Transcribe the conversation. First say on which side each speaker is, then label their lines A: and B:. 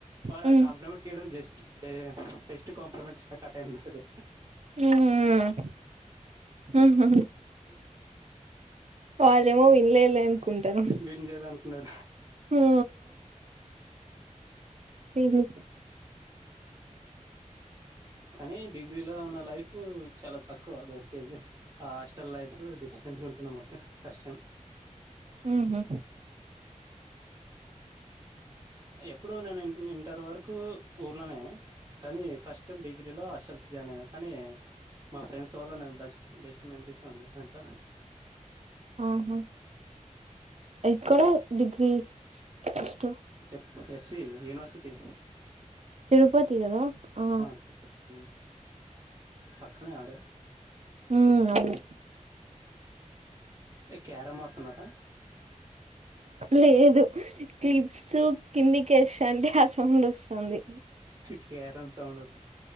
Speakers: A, on the right; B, on the right.
A: వాడు
B: హ్మ్
A: ఆ కాంప్లిమెంట్
B: హ్మ్
A: చేయడం జస్ట్ బెస్ట్ కాంప్లిమెంట్ గా స్టార్ట్ ఆఇంది అది
B: మ్ హు మ్ వాళ్ళేమో వినలేద్ లే అనుకుంటారు
A: వీళ్ళని ఏదో అనుకున్నారు
B: మ్ హ
A: కానీ డిగ్రీలో ఉన్న లైఫ్ చాలా తక్కువ దొరికేది ఆ హాస్టల్ లైఫ్ డిఫరెంట్గా ఉంటుండె ఫస్ట్ టైమ్
B: మ్ హు
A: ఎప్పుడు నేను ఇంటర్ వరకు ఊర్లోనే కానీ ఫస్ట్ టైమ్ డిగ్రీ లో హాస్టల్ జాయిన్ అయినా కానీ మా ఫ్రెండ్స్ వల్ల నేను బ బెస్ట్ మెమరీసె ఉన్నాయి అంత
B: ఆహా ఎక్కడ డిగ్రీ ఫస్ట్
A: చెప్ ఎస్పి యూనివర్సిటీ
B: తిరుపతి కద ఆ
A: తిరుపతి ఉమ్. పక్కనే ఆడే
B: మ్ అవును
A: ఏ క్యారమ్ ఆడుతున్నారా
B: లేదు క్లిప్స్ కిందికేస్తాంటే ఆ సౌండ్ వస్థంది
A: క్యారమ్ సౌండ్ ఒస్